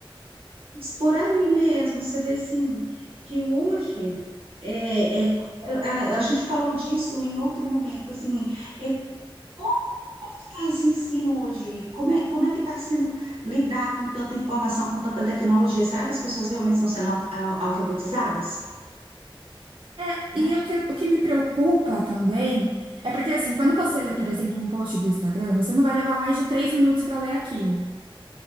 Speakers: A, on the right (about 85°); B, on the right (about 65°).
A: Mas Por aí mesmo, você vê assim, que hoje é, é, a, a gente falou disso em outro momento, assim, é, como, como que está esse ensino hoje? Como é, como é que está sendo lidar com tanta informação, com tanta tecnologia? Será que as pessoas realmente estão sendo al- al- alfabetizadas?
B: É,
A: Né?
B: e o que, o que me preocupa também é porque, assim, quando você lê, por exemplo, um post do Instagram, você não vai levar mais de três minutos para ler aquilo.